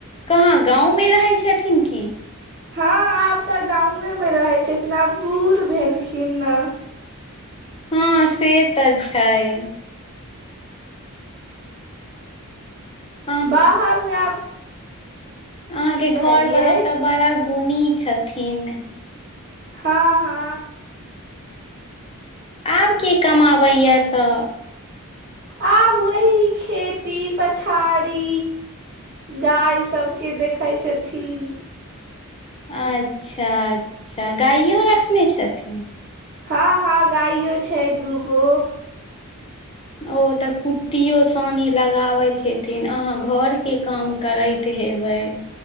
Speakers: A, on the left (about 25°); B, on the right (about 45°).
A: कहाँ गाँवमे रहै छथिन की।
B: हँ आब तऽ गांवेमे रहै छथिन आब बूढ़ भेलखिन नऽ
A: हँ से तऽ छैय। ह <inaudible>
B: बाहर मे आब,
A: अहां
B: की
A: के घर
B: कहलियै
A: वाला तऽ बड़ा गुणी छथिन।
B: हँ हँ।
A: आब के कमाबैया तऽ।
B: आब वही खेती पथारी, गाय सबके देखै छथिन।
A: अच्छा अच्छा गाययो रखने छथिन।
B: हँ हँ गाययो छैय दूगो।
A: ओ तऽ कु टीओ सानी लगाबैत हेथिन अहाँ घरके काम करैत हेबै।